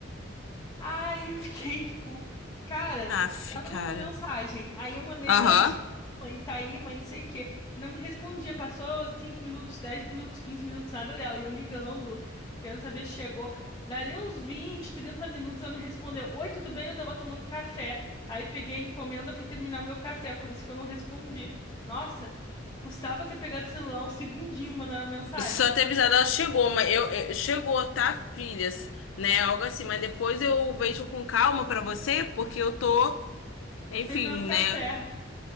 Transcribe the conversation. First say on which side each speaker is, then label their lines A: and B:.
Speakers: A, on the left; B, on the left.
A: Aí eu fiquei tipo, cara,
B: Aff,
A: ela
B: cara.
A: mandou mensagem. Aí eu mandei,
B: Aham.
A: mãe, chegou, mãe, tá aí, mãe, não sei o quê. E não me respondia. Passou 5 minutos, 10 minutos, 15 minutos, nada dela. E eu ligando, querendo saber se chegou. Dali uns 20, 30 minutos ela me respondeu: Oi, tudo bem? Eu tava tomando café. Aí peguei a encomenda, fui terminar meu café, por isso que eu não respondi. Nossa, custava ter pegado o celular um segundinho e mandando a mensagem.
B: Só ter avisado, ela chegou, mas eu, eu- chegou, tá, filhas, né? Algo assim, mas depois eu vejo com calma pra você, porque eu tô, enfim,
A: Terminando o café.
B: né?